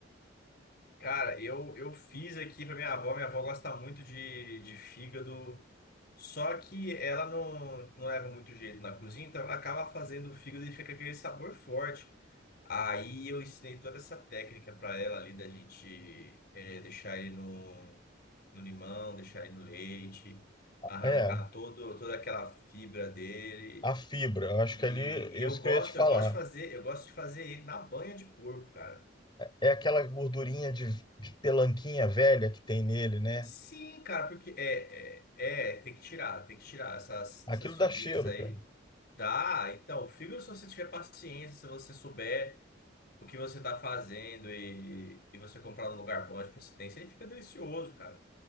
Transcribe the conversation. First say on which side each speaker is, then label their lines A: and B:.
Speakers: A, on the left (about 50°); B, on the left (about 25°).
A: Cara, eu, eu fiz aqui pra minha avó. Minha avó gosta muito de, de fígado. Só que ela não, não leva muito jeito na cozinha, então ela acaba fazendo o fígado e fica aquele sabor forte. Aí eu ensinei toda essa técnica para ela ali da gente eh, deixar ele no, no limão, deixar ele no leite, arrancar
B: É,
A: todo, toda aquela fibra dele.
B: a fibra. Eu Acho
A: E,
B: que ali, isso
A: e eu gosto,
B: que eu ia te falar.
A: eu gosto de fazer, eu gosto de fazer ele na banha de porco, cara.
B: É aquela gordurinha de, de pelanquinha velha que tem nele, né?
A: Sim, cara, porque é, é, é, tem que tirar, tem que tirar essas,
B: Aquilo
A: essas fibrinhas
B: dá cheiro,
A: aí.
B: cara.
A: Dá, então, fibra se você tiver paciência, se você souber. o que você tá fazendo e, e você comprar num lugar bom de procedência, ele fica delicioso, cara.